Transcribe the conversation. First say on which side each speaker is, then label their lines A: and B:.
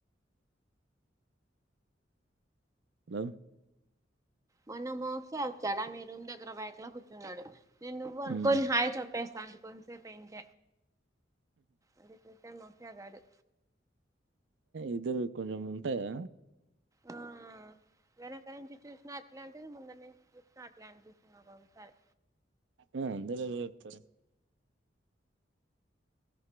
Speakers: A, on the right; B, on the right.
A: హలో
B: మన మాఫియాల్ చానా మీ రూమ్ దగ్గర రా బయటలో కూర్చున్నాడు నేను నువ్వు అనుకోని
A: హ్మ్
B: హాయి చెప్పేస్తా. స అంత కొంచ సే పెయింట అదికత మాఫి గారు
A: ఇద్దరు కొంచెం ఉంటాయా
B: ఆ వెనక్కడి నుంచి చూసినా అట్లా అంటేది ముందరి నుంచి చూసినా అట్లే అనిపిస్తున్నా ఒకసారి
A: ఉమ్ అందేద చెప్టారు